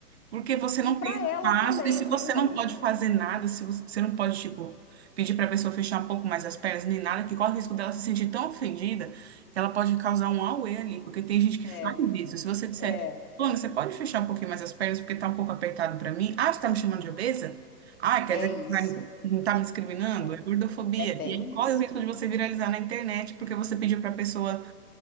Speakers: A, on the right (about 45°); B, on the left (about 65°).
A: Porque você
B: E
A: não
B: para
A: tem
B: ela
A: espaço,
B: também,
A: e se
B: viu,
A: você não
B: amiga?
A: pode fazer nada, se você você não pode, tipo, pedir para a pessoa fechar um pouco mais as pernas, nem nada, que corre o risco dela se sentir tão ofendida que ela pode causar um auê ali, porque tem gente que faz
B: É,
A: isso. Se você disser,
B: é,
A: Fulano, você pode fechar um pouquinho mais as pernas porque tá um pouco apertado para mim? Ah, você tá me chamando de obesa? Ah, quer
B: é
A: dizer que
B: isso.
A: você vai- não tá me discriminando?
B: É,
A: É gordofobia.
B: é bem
A: E aí corre
B: isso.
A: o risco de você viralizar na internet porque você pediu para a pessoa